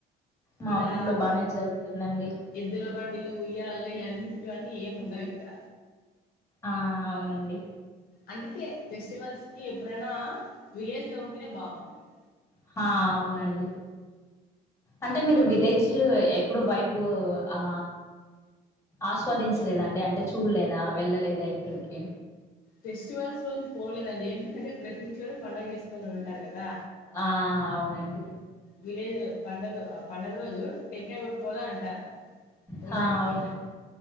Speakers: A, on the left; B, on the left.
A: మా
B: ఇలా
A: ఊర్లో బానే జరుగుతుందండి
B: ఎద్దుల బండిలు ఉయ్యాళ్ళు ఇలాంటి. కానీ ఏం ఉండవ్ ఇక్కడ.
A: ఆ అవునండి
B: అందుకే ఫెస్టివల్స్ కి ఎప్పుడైనా విలేజ్ లో ఉంటేనే బాగుంటది.
A: హ అవునండి. అంటే మీరు విలేజ్ ఎప్పుడు వైబు ఆ. ఆస్వాదించలేదండి అంటే చూడలేదా వెళ్ళలేదా ఎక్కడికి.
B: ఫెస్టివల్స్ రోజు పోలేదండి ఎందుకంటే ప్రతి ఇంట్లోను పండుగ చేసుకొని ఉంటారు గాద.
A: ఆ అవునండి.
B: విలేజ్ లో పండుగ ఆ పండుగ రోజు టెంకాయ కొట్టుకోవాలని అంటారు.
A: హా
B: ఉడానికి
A: అవునండి